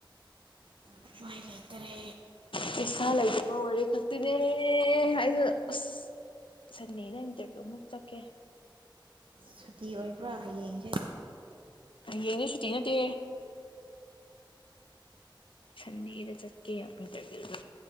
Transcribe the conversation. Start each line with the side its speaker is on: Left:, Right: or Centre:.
Right: ꯎꯄꯥꯏ ꯂꯩꯇꯔꯦ
Left: ꯄꯩꯁꯥ ꯂꯩꯇꯕ ꯋꯥꯔꯤ ꯈꯛꯇꯤꯅꯦ ꯑꯩꯗꯣ ꯑꯁ ꯁꯟꯗꯦꯅ ꯏꯟꯇꯔꯚꯤꯌꯨ ꯑꯃꯨꯛ ꯆꯠꯀꯦ
Right: ꯁꯨꯇꯤ ꯑꯣꯏꯕ꯭ꯔꯥ ꯍꯌꯦꯡꯁꯦ
Left: ꯌꯦꯡꯁ ꯁꯨꯇꯤ ꯅꯠꯇꯦ ꯁꯟꯗꯦꯗ ꯆꯠꯀꯦ ꯏꯟꯇꯔꯚꯤꯌꯨꯗ